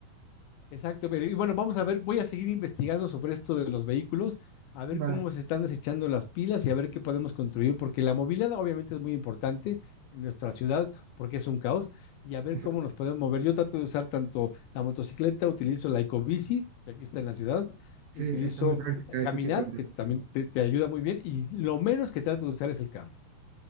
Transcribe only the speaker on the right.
Vale,
exacto.
Sí,
está muy práctica
este tipo de recursos.